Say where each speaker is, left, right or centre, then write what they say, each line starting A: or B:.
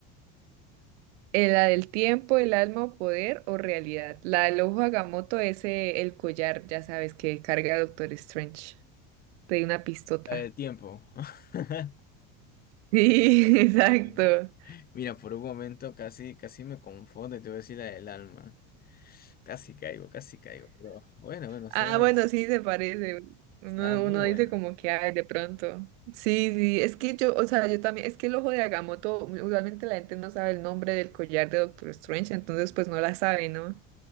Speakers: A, on the right (about 75°); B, on the left (about 25°).
A: Eh, La del tiempo, el alma o poder o realidad. La del ojo de Agamotto es eh, el collar, ya sabes, que carga Doctor Strange. Te di una pistota.
B: El tiempo.
A: <laughs>
B: <laughs>
A: Sí, exacto.
B: Sí. Mira, por un momento casi, casi me confundo y te voy a decir la del alma. Casi caigo, casi caigo. Pero bueno, bueno, estaba,
A: Ah, bueno, sí se parece. Uno,
B: estaba muy
A: uno
B: buena.
A: dice como que, ay, de pronto. Sí,
B: Claro,
A: sí, es que yo, o sea, yo también, es que el ojo de Agamotto, mm, usualmente la gente no sabe el nombre del collar de Doctor Strange, entonces pues no la sabe, ¿no?